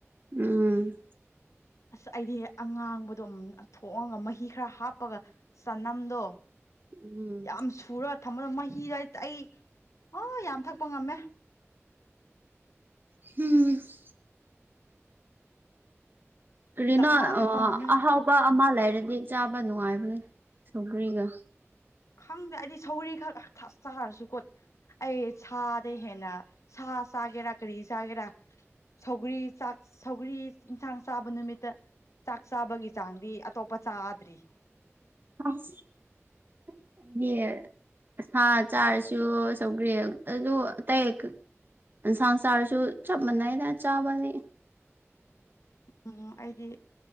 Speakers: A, on the right (about 40°); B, on the left (about 80°).
A: ꯎꯝ
B: ꯑꯁ ꯑꯩꯗꯤ ꯑꯉꯥꯡꯕꯗꯣ ꯊꯣꯡꯉꯒ ꯃꯍꯤ ꯈꯔ ꯍꯥꯞꯄꯒ ꯆꯅꯝꯗꯣ
A: ꯎꯝ
B: ꯌꯥꯝ ꯁꯨꯔ ꯊꯝꯃꯒ ꯃꯍꯤꯗ ꯑꯩ ꯑꯣ ꯌꯥꯝ ꯊꯛꯄ ꯉꯝꯃꯦ꯫
A: <unintelligible> ꯀꯔꯤꯅꯣ
B: ꯗꯞ ꯃꯥ ꯊꯛꯄ
A: ꯑꯥ
B: ꯉꯝꯃꯦ
A: ꯑꯍꯥꯎꯕ ꯑꯃ ꯂꯩꯔꯗꯤ ꯆꯥꯕ ꯅꯨꯡꯉꯥꯏꯕꯅꯤ ꯁꯧꯒ꯭ꯔꯤꯒ꯫
B: ꯈꯪꯗꯦ ꯑꯩꯗꯤ ꯁꯧꯔꯤ ꯈꯛ ꯆꯥꯔꯁꯨꯀꯣꯠ ꯑꯩ ꯁꯥꯗꯩ ꯍꯦꯟꯅ ꯁꯥ ꯆꯥꯒꯦꯔꯥ ꯀꯔꯤ ꯆꯥꯒꯦꯔꯥ ꯁꯧꯒ꯭ꯔꯤ ꯆꯥꯛꯁ ꯊꯧꯒ꯭ꯔꯤ ꯏꯟꯁꯥꯡ ꯆꯥꯕ ꯅꯨꯃꯤꯠꯇ ꯆꯥꯛ ꯆꯥꯕꯒꯤ ꯆꯥꯡꯗꯤ ꯑꯇꯣꯞꯄ ꯆꯥꯗ꯭ꯔꯤ꯫
A: <unintelligible> ꯁꯥ ꯆꯥꯔꯁꯨ ꯁꯧꯒ꯭ꯔꯤ ꯑꯗꯨ ꯑꯇꯩ ꯏꯟꯁꯥꯡ ꯆꯥꯔꯁꯨ ꯆꯞ ꯃꯥꯟꯅꯩꯗ ꯆꯥꯕꯅꯤ꯫
B: ꯎꯝ ꯑꯩꯗꯤ